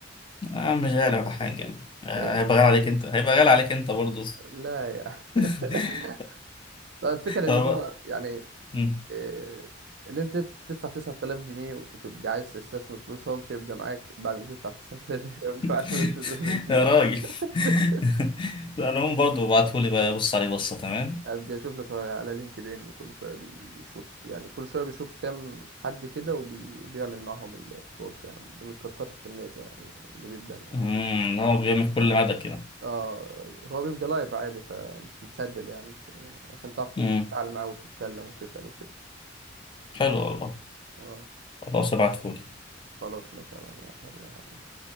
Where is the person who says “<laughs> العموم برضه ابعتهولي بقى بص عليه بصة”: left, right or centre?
Left